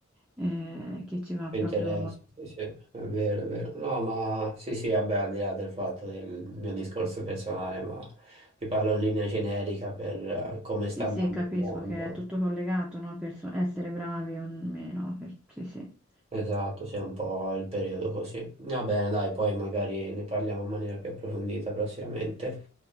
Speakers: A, in the centre; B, on the right.
A: eh, che ci va
B: Mi
A: proprio
B: interessa, sì, sì, è vero, è vero. No, ma sì, sì, vabbè, al di là del fatto del mio discorso personale, ma ti parlo in linea generica per eh, come sta
A: Sì,
B: andando
A: sì, capisco
B: il mondo.
A: che è tutto collegato, no? Per so- essere bravi o meno. per- Sì, sì.
B: Esatto, sì, è un po' il periodo così. Va bene, dai, poi magari ne parliamo in maniera più approfondita prossimamente.